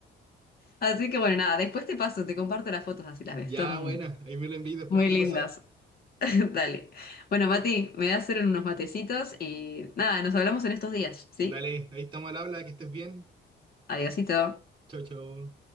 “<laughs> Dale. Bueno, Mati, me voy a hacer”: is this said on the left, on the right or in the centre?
Left